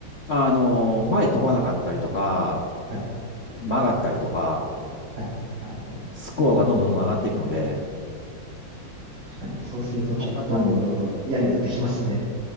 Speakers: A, on the left; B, on the right.
A: あの、前飛ばなかったりとか、
B: はい、
A: 曲がったりとか、
B: はい、はい、はい。はい
A: スコアがどんどんどんどん上がっていくので、
B: 確かに、そうするとちょっとどんどんどんどん嫌になってきますね。
A: そんな感じ。